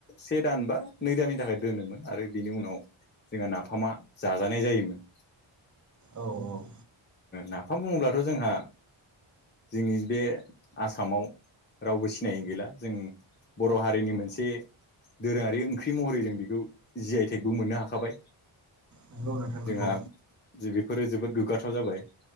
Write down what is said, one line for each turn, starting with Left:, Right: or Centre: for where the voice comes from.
Left: से दान बा नै दाननि थाखाय दोनोमोन आरो बिनि उनाव जोंहा नाफामा जाजानाय जायोमोन।
Right: औ औ।
Left: नाफाम बुङोब्लाथ' जोंहा जोंनि बे आसामाव रावबो सिनायि गैला। जों बर' हारिनि मोनसे दोरोङारि ओंख्रि महरै जों बेखौ जि आइ टेकबो मोननो हाखाबाय।
Right: नंगौ नोंथां नंगौ
Left: जोंहा बेफोरो जोबोद गोग्गा बाथाव जाबाय